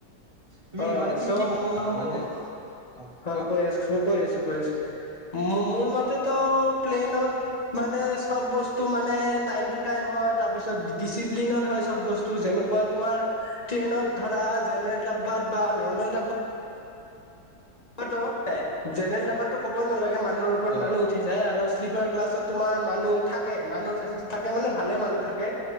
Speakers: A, on the right (about 30°); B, on the left (about 25°).
A: তুমি
B: অ
A: মানে তুমি
B: চ'
A: কি ভাবা মানে অ
B: হয়
A: কোৱা
B: কৈ আছো মই কৈ আছো কৈ আছো মোৰ মতেতো প্লেনত মানে চব বস্তু মানে টাইম টু টাইম হয় তাৰ পিছত, ডিচিপ্লিনত হয় চব বস্তু যেনে তেনেকুৱা তোমাৰ ট্ৰেইনত ধৰা জেনেৰেল ডাব্বাত বা নৰ্মেল ডাব্বাত অতো হয়, জেনেৰেল দবাতো ক'বই নালাগে মানুহৰ ওপৰত
A: অ
B: মানুহ উঠি যায় আৰু শ্লিপাৰ ক্লাছত তোমাৰ মানুহ থাকে মানুহ থাকে মানে ভালে মানুহ থাকে।